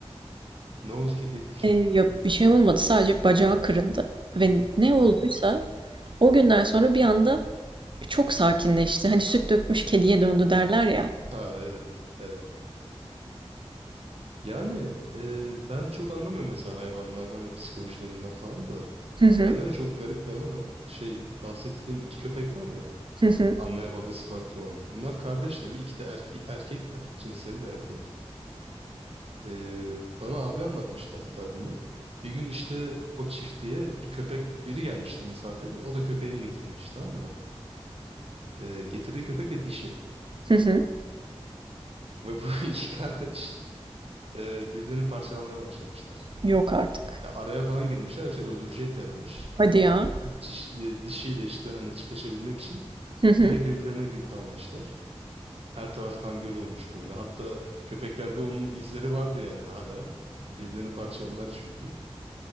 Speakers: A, on the right; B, on the right.
A: Ne oldu kediye peki?
B: Ee, ya bir şey olmadı sadece bacağı kırıldı. Ve ne olduysa
A: Hı hı.
B: o günden sonra bir anda çok sakinleşti. Hani süt dökmüş kediye döndü derler ya.
A: Ha evet. Evet. Yani e, ben çok anlamıyorum mesela hayvanlardan ve psikolojilerinden falan da.
B: Hı hı,
A: Bende de çok garip bir anı var. Şey bahsettiğim iki köpek var ya.
B: hı hı,
A: Anne ve babası farklı olan. Bunlar kardeş tabii. İki de erke- erkekler. Cinsleri de erkek. Ee, bana abi anlatmıştı hatta bunu. Bir gün işte o çiftliğe bir köpek biri gelmişti misafiri. O da köpeğini getirmiş tamam mı? Ee, getirdiği köpek de dişi.
B: hı hı.
A: Ve bu <laughs> iki kardeş e, birbirlerini parçalamaya başlamışlar.
B: Yok artık.
A: Ya araya falan girmişler yoksa öldüreceklermiş.
B: Hadi ya.
A: Sırf ciş- e, dişiyle işte hani çiftleşebilmek için
B: Hı hı.
A: direkt birbirlerine gi- dalmışlar. Her taraf kanguru olmuş böyle. Hatta köpeklerde onun izleri vardı yani hala. Birbirlerini parçaladılar çünkü.